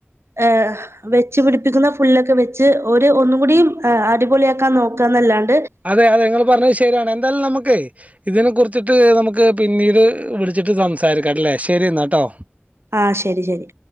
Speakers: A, on the right (about 85°); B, on the right (about 35°).
A: ഏ വെച്ച് പിടി ക്കുന്ന പുല്ലൊക്കെ വെച്ച ഒര് ഒന്നും കൂടി അടിപൊളി ആക്കാം നോക്ക്യാന്നല്ലാണ്ട്
B: അതെ അതെ ങ്ങൾ പറഞ്ഞത് ശര്യാണ് എന്തായാലും ഞമ്മക്ഇതിനെ കുറിച് പിന്നീട് വിളിച്ചിട്ട് സംസാരിക്കാ ശരിഎന്ന ട്ടോ
A: ആ ശരി ശരി